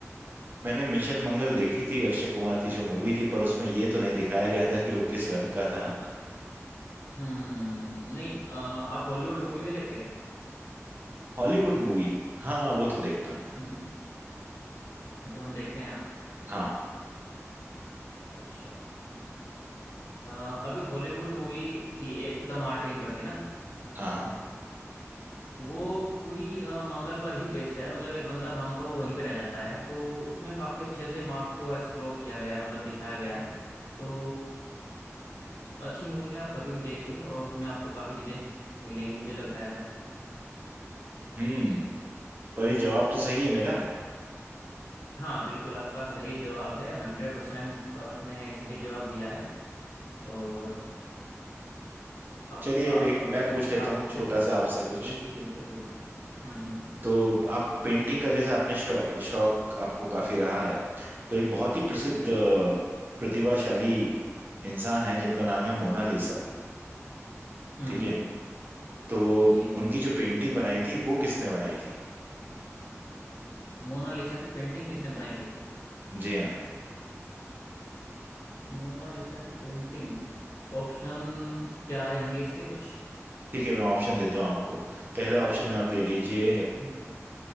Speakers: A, on the right (about 40°); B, on the left (about 80°).
A: मैंने मिशन मंगल देखी थी अक्षय कुमार की जो मूवी थी पर उसमें ये तो नहीं दिखाया गया था कि वो किस रंग का था
B: हम्म नहीं अ, आप हॉलीवुड मूवी नहीं देखते
A: हॉलीवुड मूवी हाँ वो तो देखता हूँ मैं
B: हम्म अच्छा उन्हें देखते हैं आप
A: हाँ
B: अच्छा अ, अभी हॉलीवुड मूवी थी एक द मार्टिन करके ना
A: हाँ हाँ
B: वो पूरी अ, मंगल पर ही बेस्ड है मतलब एक बंदा था उनका वो वहीं पे रह जाता है तो उसमें काफी अच्छे से मार्स को एक्सप्लोर किया गया है मतलब दिखाया गया है तो अच्छी मूवी है आप कभी भी देखिए और उसमें आपको काफी चीजें मिलेंगी मुझे लगता है ऐसा
A: हम्म पर ये जवाब तो सही है मेरा
B: हाँ बिल्कुल आपका सही जवाब है हंड्रेड परसेंट आपने सही जवाब दिया है और अब
A: चलिए
B: आप
A: अब एक
B: बताइए
A: मैं पूछ लेता
B: आप
A: हूँ
B: पूछे
A: छोटा
B: कुछ
A: सा आपसे कुछ
B: जी जी बिल्कुल बिल्कुल हम्म हम्म
A: तो आप पेंटिंग का जैसे आपने शौ, शौक आपको काफी रहा है तो एक बहुत ही प्रसिद्ध
B: जी
A: अ, प्रतिभाशाली इंसान है जिनका नाम है मोनालिसा
B: हम्म
A: ठीक
B: हम्म,
A: है
B: हम्म,
A: तो
B: जी जी
A: उनकी
B: जी
A: जो पेंटिंग बनाई थी वो किसने बनाई थी
B: मोनालिसा की पेंटिंग किसने बनाई थी
A: जी हाँ।
B: मोनालिसा की पेंटिंग ऑप्शन क्या रहेंगे इसके कुछ
A: ठीक है मैं ऑप्शन देता हूँ आपको पहले ऑप्शन में आप ले लीजिए
B: हम्म